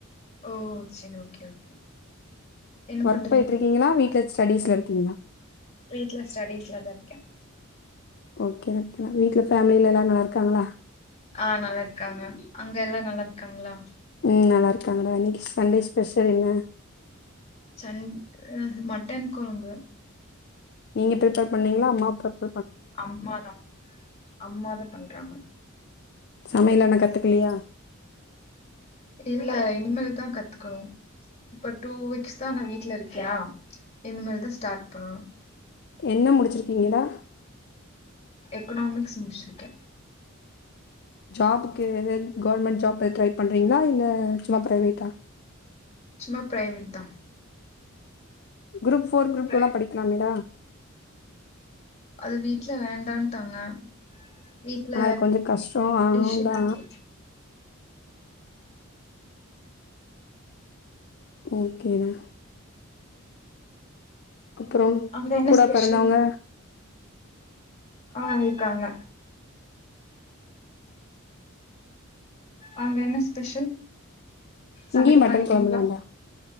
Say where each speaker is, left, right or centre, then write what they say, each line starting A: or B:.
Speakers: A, on the left (about 30°); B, on the left (about 50°).
A: ஓ செரி ஓகே ஓகே என்ன
B: ஒர்க்
A: பண்றீங்க
B: பேயிட்டுருக்கீங்களா வீட்ல ஸ்டடீஸ்ல இருக்கீங்களா
A: வீட்ல ஸ்டடீஸ்ல தா இருக்க
B: ஓகே ஓகே வீட்ல ஃபேமில எல்லாரு நல்லா இருக்காங்களா
A: ஆ நல்லா இருக்காங்க அங்க எல்லா நல்லா இருக்காங்களா
B: ம் நல்லா இருக்காங்க டா இன்னக்கி சண்டே ஸ்பெஷல் என்ன
A: சன் அ மட்டன் கொழம்பு
B: நீங்க பிரிப்பர் பண்ணீங்களா அம்மா பிரிப்ப
A: அம்மாதா அம்மாதா பண்றாங்க
B: சமையல் ஆனா கத்துக்கலையா
A: இல்ல இனிமேல் தா கத்துக்கணு இப்ப டூ வீக்ஸ் தா நா வீட்டல இருக்க இனி மேல் தா ஸ்டார்ட் பண்ணனு
B: என்ன முடிச்சிருக்கீங்கடா
A: எக்கனாமிக்ஸ் முடிச்சிருக்க
B: ஜாபுக்கு கவர்மெண்ட் ஜாப் ட்ரை பண்றீங்களா இல்ல சும்மா ப்ரைவேட்டா
A: சும்மா பிரைவேட் தா
B: குரூப் ஃபோர்
A: தா
B: குரூப் டூவெல்லா படிக்கலாமேடா
A: அது வீட்ல வேண்டான்டாங்க வீட்ல
B: ஆனா அது கொஞ்சோ கஷ்டோ ஆதா
A: டிஷ் நாக்கி
B: ஓகேடா அப்ரோ
A: அங்க என்ன
B: கூடா
A: ஸ்பெஷல்
B: பெறந்தவங்க
A: ஆ இருக்காங்க அங்க என்ன ஸ்பெஷல்
B: இங்கேயு
A: சமையல்
B: மட்டன்
A: பண்ணிட்டீங்ளா
B: கொழம்பு தான்டா